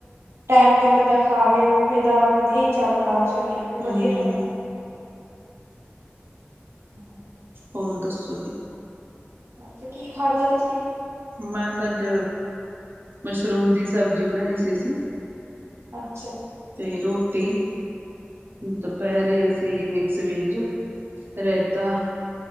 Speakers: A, on the right (about 80°); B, on the right (about 55°).
A: ਟਾਈਮ ਤੇ ਬੰਦਾ ਖਾਵੇ ਉੱਠੇ ਤਾਂ ਵਧੀਆ ਹੀ ਚੱਲਦਾ ਸਰੀਰ ਵੀ
B: ਹੂੰ
A: ਵਧੀਆ ਰਹਿੰਦਾ ਹਮਮ
B: ਹੋਰ ਦੱਸੋ ਜੀ
A: ਅੱਛਾ ਕੀ ਖਾਧਾ ਤੁਸੀਂ
B: ਮੈਂ ਤਾਂ ਅੱਜ ਮਸ਼ਰੂਮ ਦੀ ਸਬਜ਼ੀ ਬਣਾਈ ਸੀ ਅਸੀਂ
A: ਹਾਂ <unintelligible>
B: ਤੇ ਰੋਟੀ ਦੁਪਹਿਰੇ ਅਸੀਂ ਮਿਕਸ ਵੇਜ ਰਾਇਤਾ